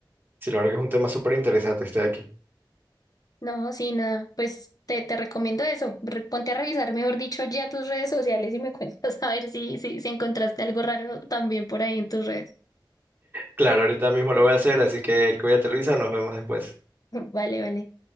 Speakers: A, on the right; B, on the left.
A: Sí, la verdad que es un tema súper interesante este de aquí.
B: No, sí, nada. Pues te, te recomiendo eso. Re- ponte a revisar, mejor dicho, ya tus redes sociales y me cuentas <laughs> a ver si, si, si encontraste algo raro también por ahí en tus redes.
A: Claro, ahorita mismo lo voy a hacer, así que cuídate, Luisa, nos vemos después.
B: <laughs> Vale, vale.